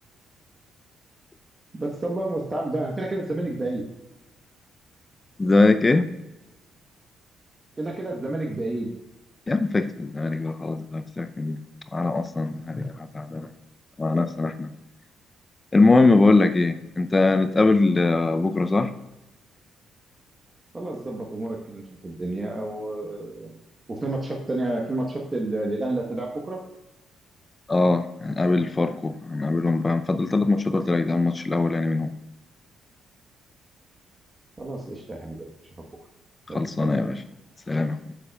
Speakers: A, on the right; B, on the left.
A: بس الله المستعان بقى كده كده الزمالك بعيد
B: الزمالك إيه؟
A: كده كده الزمالك بعيد
B: يا عم فاكس من الزمالك بقى خلاص بقى بسيبك مني عالم أصلا هذه أنا تعبانة مع نفسنا إحنا المهم بقول لك ايه انت هنتقابل آه، بكره صح
A: خلاص ظبط امورك كده نشوف الدنيا و... وفي ماتشات تانيه في ماتشات لل- للاهلي هتلعب بكره
B: اه هنقابل فاركو هنقابلهم بقى هنفضل ثلاث ماتشات قلت لك ده الماتش الاول يعني منهم
A: خلاص قشطة يا حبيبي اشوفك بكرة
B: خلصانه
A: يلا سلام
B: يا باشا سلام